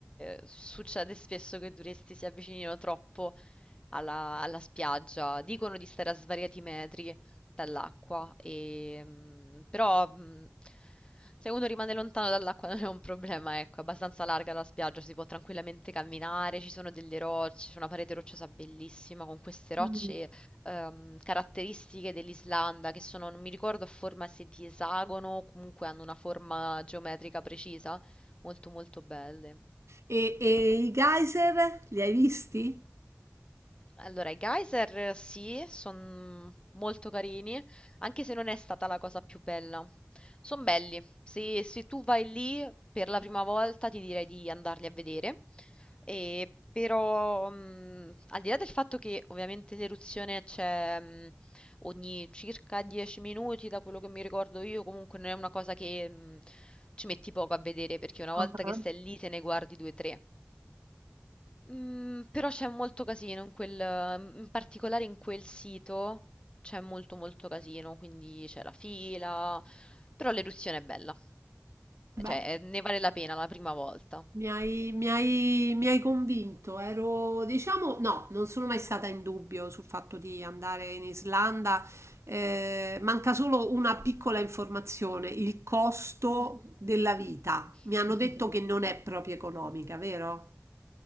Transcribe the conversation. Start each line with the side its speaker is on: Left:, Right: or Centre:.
Left: eh, succede spesso che i turisti si avvicinino troppo alla, alla spiaggia. Dicono di stare a svariati metri dall'acqua, e, mm, però mm, se uno rimane lontano dall'acqua non è un problema, ecco, è abbastanza larga la spiaggia, si può tranquillamente camminare, ci sono delle rocce, c'è una parete rocciosa bellissima con queste rocce
Right: Mm.
Left: ehm, caratteristiche dell'Islanda che sono, non mi ricordo, a forma se di esagono o comunque hanno una forma geometrica precisa, molto molto belle.
Right: E, e i geyser li hai visti?
Left: Allora, i geyser eh, sì, sono molto carini, anche se non è stata la cosa più bella. Sono belli. Se, se tu vai lì per la prima volta, ti direi di andarli a vedere. E però, mh, al di là del fatto che ovviamente l'eruzione c'è mh, ogni circa 10 minuti, da quello che mi ricordo io, comunque non è una cosa che mh, ci metti poco a vedere, perché una
Right: Ah,
Left: volta che stai lì te ne guardi due o tre. Mm, però c'è molto casino in quel, in particolare in quel sito c'è molto molto casino, quindi c'è la fila, però l'eruzione è bella,
Right: Beh,
Left: cioè eh, ne vale la pena la prima volta.
Right: Mi hai, mi hai- mi hai convinto, ero, diciamo, no, non sono mai stata in dubbio sul fatto di andare in Islanda. Eh, manca solo una piccola informazione, il costo
Left: Mhm.
Right: della vita. Mi
Left: <laughs>
Right: hanno detto che non è proprio economica, vero?